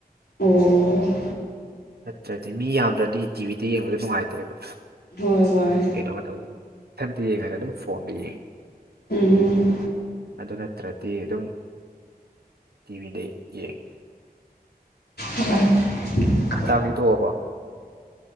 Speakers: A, on the left (about 80°); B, on the right (about 80°).
A: ꯑꯣ
B: ꯅꯠꯇ꯭ꯔꯗꯤ ꯃꯤ ꯌꯥꯝꯗ꯭ꯔꯗꯤ ꯇꯤꯚꯤꯗ ꯌꯦꯡꯕꯗꯣ ꯅꯨꯡꯉꯥꯏꯇ꯭ꯔꯦꯕ
A: ꯍꯣꯏ ꯍꯣꯏ
B: ꯀꯩꯅꯣꯃ ꯇꯧ ꯏꯊꯥꯟꯇ ꯌꯦꯡꯉꯗꯃꯒ ꯑꯗꯨꯝ ꯐꯣꯟꯗ ꯌꯦꯡꯉꯦ
A: ꯎꯝ
B: ꯑꯗꯨ ꯅꯠꯇ꯭ꯔꯗꯤ ꯑꯗꯨꯝ ꯇꯤꯚꯤꯗ ꯌꯦꯡꯉꯤ
A: ꯑꯣ
B: ꯆꯥꯛꯇꯤ ꯇꯣꯛꯑꯕꯣ